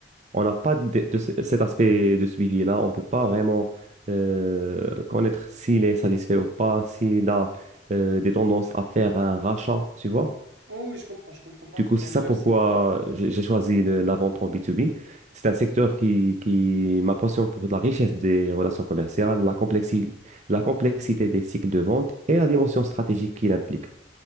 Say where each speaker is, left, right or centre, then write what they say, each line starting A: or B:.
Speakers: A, on the right (about 40°); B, on the right (about 85°).
A: on n'a pas de, de ce- cet aspect de suivi-là. On ne peut pas vraiment euh, connaître s'il est satisfait ou pas, s'il a euh, des tendances à faire un rachat, tu vois.
B: Oh, oui, je comprends, je comprends parfaitement.
A: Du coup, c'est
B: Merci.
A: ça pourquoi j'ai j'ai choisi le- la vente en B2B. C'est un secteur qui, qui ma passion pour la richesse des relations commerciales, la complexi- la complexité des cycles de vente et la dimension stratégique qu'il implique.